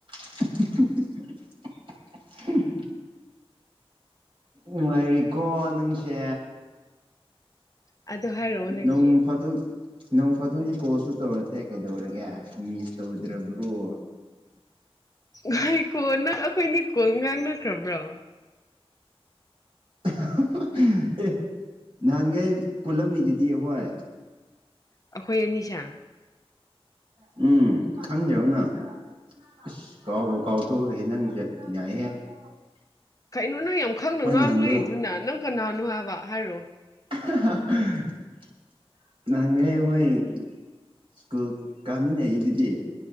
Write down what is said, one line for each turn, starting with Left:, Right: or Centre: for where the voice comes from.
Right: <unintelligible> ꯅꯨꯡꯉꯥꯏꯔꯤꯀꯣ ꯅꯪꯁꯦ
Left: ꯑꯗꯣ ꯍꯥꯏꯔꯛꯑꯣ ꯅꯪꯒꯤ
Right: ꯅꯣꯡ ꯐꯥꯗꯣꯛ ꯅꯪ ꯐꯇꯣꯛꯁꯨ ꯀꯣꯜꯁꯨ ꯇꯧꯔꯛꯇꯦ ꯀꯩꯗꯧꯔꯒꯦ ꯃꯤꯁ ꯇꯧꯗ꯭ꯔꯕ꯭ꯔꯣ
Left: ꯉꯥꯏꯈꯣ ꯅꯪ ꯑꯩꯈꯣꯏꯅꯤ ꯀꯣꯜ ꯉꯥꯡꯅꯈ꯭ꯔꯕ꯭ꯔꯣ
Right: <unintelligible> ꯑꯦ ꯅꯍꯥꯟꯈꯩ ꯄꯨꯜꯂꯝꯃꯤꯗꯨꯗꯤ ꯍꯣꯏ
Left: ꯑꯩꯈꯣꯏ ꯑꯅꯤꯁꯦ
Right: <unintelligible> ꯎꯝ ꯈꯪꯗ꯭ꯔꯕꯣ ꯅꯪ ꯏꯁ ꯀꯥꯎꯕꯨ ꯀꯥꯎꯊꯣꯛꯈ꯭ꯔꯦ ꯍꯦ ꯅꯪꯁꯦ ꯌꯥꯏꯍꯦ ꯑꯩꯈꯣꯏ
Left: ꯀꯩꯅꯣ ꯅꯪ ꯌꯥꯝ ꯈꯪꯅ ꯉꯥꯡꯂꯛꯗꯨꯅ
Right: ꯅꯍꯥꯟꯈꯩ
Left: ꯅꯪ ꯀꯅꯥꯅꯣ ꯍꯥꯏꯕ ꯍꯥꯏꯔꯣ
Right: <unintelligible> ꯅꯍꯥꯟꯈꯩ ꯑꯩꯈꯣꯏ ꯁ꯭ꯀꯨꯜ ꯀꯥꯃꯤꯟꯅꯩꯩꯗꯨꯗꯤ